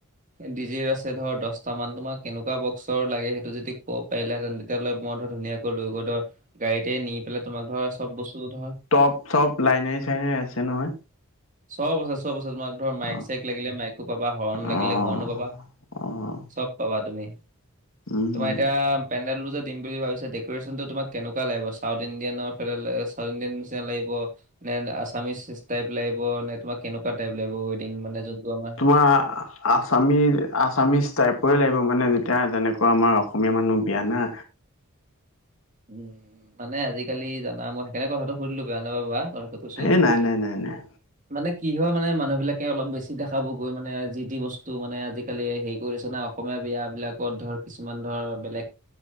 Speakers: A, on the right; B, on the left.
A: ডি জে আছে ধৰ দশটা মান। তোমাৰ কেনেকুৱা বক্সৰ লাগে সেইটো যদি ক'ব পাৰিলাহেঁতেন তেতিয়াহ'লে মই ধৰ ধুনীয়াক লৈ গৈ ধৰ গাড়ীতে নি পেলাই তোমাক ধৰ চব বস্তু ধৰ
B: চব লাইনে চাইনেৰে আছে নহয়?
A: চব আছে চব আছে। তোমাক ধৰ মাইক
B: অ',
A: চাইক লাগিলে মাইকো পাবা, হৰ্ণ লাগিলে
B: অ',
A: হৰ্ণো পাবা। চব পাবা তুমি,
B: উম,
A: তোমাৰ এতিয়া পেন্দেলটো যে দিম বুলি ভাবিছা, ডেকৰেচনটো তোমাক কেনেকুৱা লাগিব। চাউথ ইণ্ডিয়ানৰ ফালে চাউথ ইণ্ডিয়ান নিচিনা লাগিব নে আছামিচ চিছ টাইপ লাগিব নে তোমাৰ কেনেকুৱা টাইপ লাগিব ৱেডিং মানে যোনটো আমাৰ
B: <unintelligible> আছামী আছামিজ টাইপৰে লাগিব মানে যেতিয়া যেনেকুৱা আমাৰ অসমীয়া মানুহ বিয়া না
A: উম মানে আজিকালি জানা মই সেইকাৰণে কথাটো সুধিলো বেয়া নাপাবা। তাকে কৈছো
B: এ নাই নাই নাই নাই
A: মানে কি হয় মানে মানুহবিলাকে অলপ বেছি দেখাব গৈ মানে যি টি বস্তু মানে আজিকালি হেৰি কৰি দিছে না অসমীয়া বিয়াবিলাকত ধৰ কিছুমান ধৰ বেলেগ